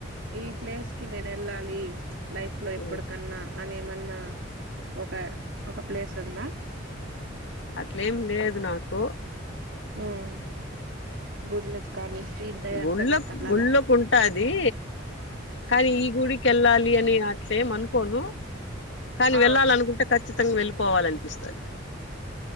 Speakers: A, on the right; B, on the left.
A: ఈ ప్లేస్ కి నేను వెళ్ళాలి లైఫ్ లో
B: హ్మ్.
A: ఎప్పటికన్నా అనేమన్నా ఒక ఒక ప్లేస్ ఉన్నా
B: అట్లేం లేదు నాకు
A: ఉమ్ గుడ్ల కానీ తీర్థయాత్తలూకలాగా
B: గుళ్ళ గుళ్ళకుంటాది కానీ ఈ గుడికి ఎల్లాలి అట్లెం అనుకోను కాలి వెళ్ళాలనుకుంటే
A: ఆ
B: ఖచ్చితంగా వెళ్ళిపోవాలనిపిస్తది